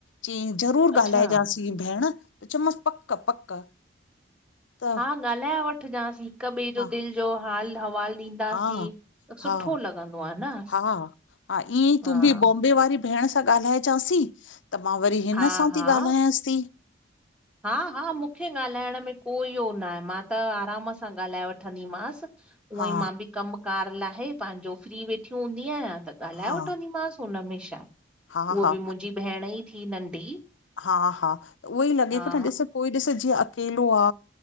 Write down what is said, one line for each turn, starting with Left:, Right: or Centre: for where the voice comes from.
Left: चंइ ज़रूर
Centre: अच्छा,
Left: ॻाल्हाएजासीं भेंण चयोमांस पक -पक त
Centre: हा ॻाल्हाए वठजांस हिक ॿे जो
Left: हा
Centre: दिल जो हाल हवाल ॾींदासीं
Left: हा
Centre: त
Left: हा
Centre: सुठो लॻंदो आ न।
Left: हा हा ईअं ई
Centre: हा,
Left: तूं बी बॉम्बे वारी भेण सां ॻाल्हाइजांसीं त मां वरी हिन
Centre: हा,
Left: सां
Centre: हा।
Left: ती ॻाल्हायांस ती।
Centre: हा हा मूंखे ॻाल्हाइण में कोई हो नाहे मां त आराम सां ॻाल्हाए वठंदीमांस।
Left: हा
Centre: उई मां बि कमकार लाहे पंहिंजो फ्री वेठी हूंदी आहियां त ॻाल्हाए
Left: हा
Centre: वठंदीमांस। हुनमें शा?
Left: हा
Centre: हुअई
Left: हा
Centre: बी मुंहिंजी भेण ई थी नंढी।
Left: हा हा उहो ई लॻे
Centre: हा
Left: पयो न ॾिसो कोई ॾिसो जीअं अकेलो आ